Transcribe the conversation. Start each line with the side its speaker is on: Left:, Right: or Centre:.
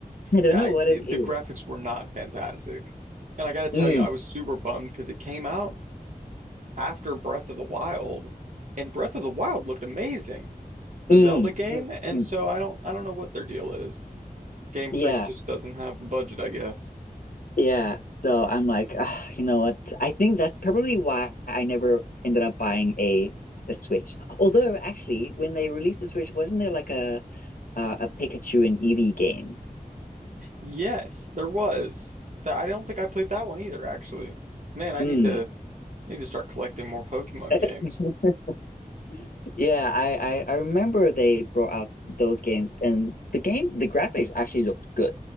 Left: I don't
Right: Yeah,
Left: know
Right: I,
Left: what
Right: the
Left: it is.
Right: graphics were not fantastic. And I gotta tell
Left: Mm,
Right: you, I was super bummed because it came out after Breath of the Wild, and Breath of the Wild looked amazing, the
Left: mm,
Right: Zelda game,
Left: mm,
Right: and
Left: mm.
Right: so I don't I don't know what their deal is. Game
Left: Yeah.
Right: Freak just doesn't have the budget, I guess.
Left: Yeah. So I'm like, ah, you know what? I think that's probably why I never ended up buying a a Switch. Although actually, when they released the Switch, wasn't there like a uh, a Pikachu and Eevee game?
Right: Yes, there was. That I don't think I played that one either, actually. Man, I
Left: Mm.
Right: need to I need to start collecting more Pokemon
Left: <laughs>
Right: games.
Left: Yeah, I, I I remember they brought out those games, and the game, the graphics actually looked good.